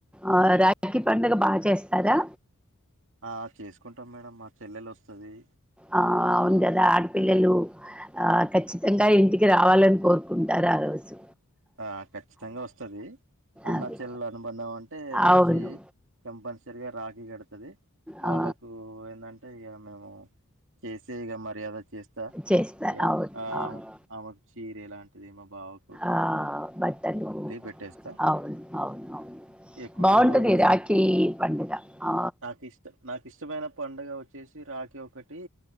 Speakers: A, in the centre; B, on the right.
A: ఆ రాఖీ పండగ బా చేస్తారా
B: ఆ చేసుకుంటాం మేడం మా చెల్లెలు వస్తది
A: ఆ అవును కదా ఆడపిల్లలు ఆ ఖచ్చితంగా ఇంటికి రావాలని కోరుకుంటారు ఆరోజు
B: ఆ ఖచ్చితంగా వస్తది అన్న
A: అది
B: చెల్లెలు అనుబధం అంటే
A: అవును
B: వచ్చి కంపల్సరిగా రాకి కడతది వాళ్ళకు
A: ఆ,
B: ఏంటం టే ఇగ మేము చేసే ఇగ మర్యాద చేస్తా
A: చేస్తా
B: ఇగ
A: అవును
B: ఆ
A: అవును
B: ఆమెకు చీరె ఎలాంటిదేమో బావ్
A: ఆ బట్టలు
B: పెట్టేస్తా
A: అవును అవు అవు
B: ఇగ కుటుంబం
A: బాగుంటది
B: అంతా స
A: రాఖీ పండుగ ఆ
B: నాకు ఇష్ట నాకు ఇష్టమైన పండగ వచ్చేసి రాఖి ఒకటి